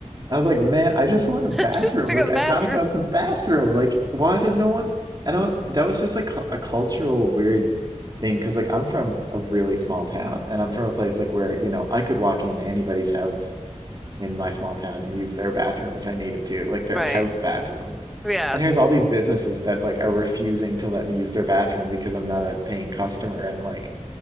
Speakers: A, on the right; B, in the centre.
A: I was like, man, I just want a bathroom.
B: Just to go
A: Like
B: to the
A: I
B: bathroom.
A: gotta go to the bathroom. Like why does no one? And I, that was just like a cultural weird thing because like I'm from a really small town and I'm from a place like where, you know, I could walk into anybody's house in my small town and use their bathroom if I needed to, like their
B: Right.
A: house bathroom.
B: Yeah,
A: And here's all these businesses that like are refusing to let me use their bathroom because I'm not a paying customer. And like,